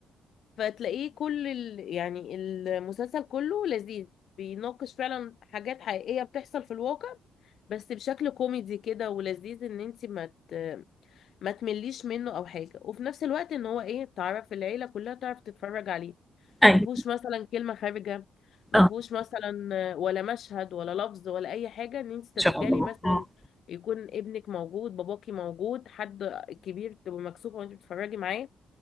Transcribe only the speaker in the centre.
ايوه
اه ان
شاء
الله
اه